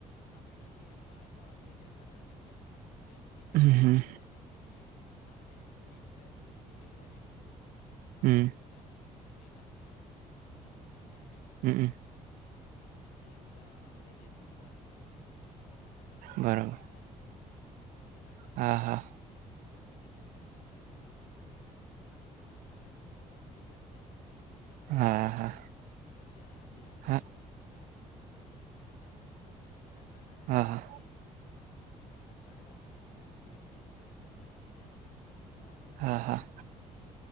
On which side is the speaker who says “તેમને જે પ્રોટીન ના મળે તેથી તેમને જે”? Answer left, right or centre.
Left